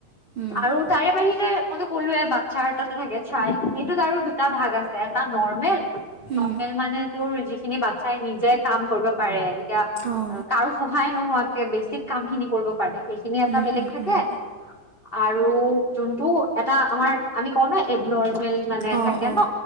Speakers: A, on the right; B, on the left.
A: বুজি পাইছোঁ
B: আৰু তাৰে বাহিৰে মইতো ক'লো এ বাচ্ছা এটাতে থাকে চাই সেইটোত আৰু দুটা ভাগ আছে এটা নৰ্মেল,
A: উম
B: নৰ্মেল
A: উম
B: মানে তোৰ যিখিনি বাচ্ছাই নিজে কাম কৰিব পাৰে। এতিয়া
A: অ
B: কাৰো সহায় নোহোৱাকে বেছিক কাম খিনি কৰিব পাৰে সেইখিনি এটা
A: উম
B: বেলেগ।
A: উম
B: আৰু
A: উম
B: যোনটো এটা আমাৰ আমি কওঁ ন ন মানে
A: অ
B: থাকে
A: অ
B: ন